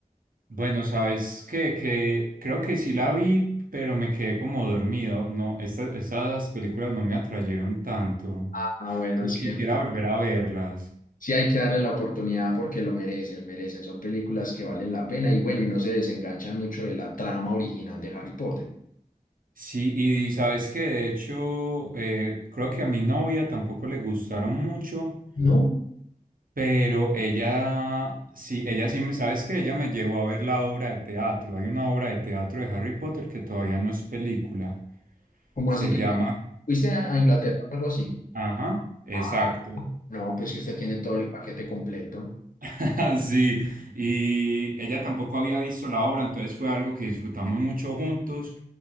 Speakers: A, on the right; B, on the left.
A: Bueno, sabes que, que creo que sí la vi, pero me quedé como dormido. No, estas, esas películas no me atrayeron tanto.
B: Ah, bueno,
A: Yo
B: sí.
A: Quisiera volver a verlas.
B: Sí, hay que darle la oportunidad porque lo merecen, merecen. Son películas que valen la pena y bueno, y no se desenganchan mucho de la trama original de Harry Potter.
A: Sí, y sabes que de hecho, eh, creo que a mi novia tampoco le gustaron mucho
B: ¿no?
A: Pero ella, sí, ella sí me, sabes que ella me llevó a ver la obra de teatro. Hay una obra de teatro de Harry Potter que todavía no es película.
B: ¿Cómo
A: Se
B: así que
A: llama...
B: fuiste a a Inglaterra o algo así?
A: Ajá, exacto.
B: Ah, no, pues que usted tiene todo el paquete completo.
A: <laughs> Sí, y ella tampoco había visto la obra, entonces fue algo que disfrutamos mucho juntos.